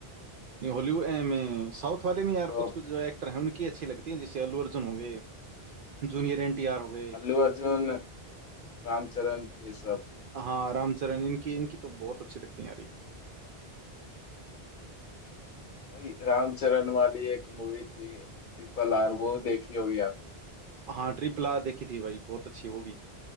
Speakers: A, on the right; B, on the left.
A: नहीं हॉलीवुड में साउथ वाले में यार
B: तो
A: कुछ कुछ जो एक्टर हैं उनकी अच्छी लगती हैं जैसे अल्लू अर्जुन हो गए जूनियर एनटीआर हो गए
B: अल्लू अर्जुन रामचरण ये सब
A: हाँ रामचरण इनकी इनकी तो बहुत अच्छी लगती है यार
B: भाई रामचरण वाली एक मूवी थी ट्रिपल आर वो देखी होगी आपने शायद
A: हाँ ट्रिपल आर देखी थी भाई बहुत अच्छी है वो भी